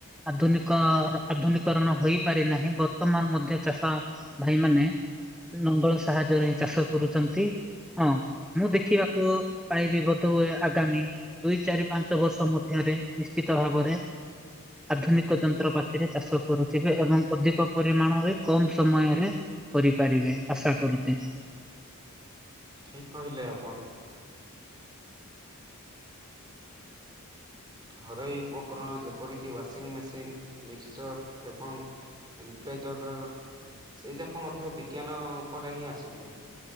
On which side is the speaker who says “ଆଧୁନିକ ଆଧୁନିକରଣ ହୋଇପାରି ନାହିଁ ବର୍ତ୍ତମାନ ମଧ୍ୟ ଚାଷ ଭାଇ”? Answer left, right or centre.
Centre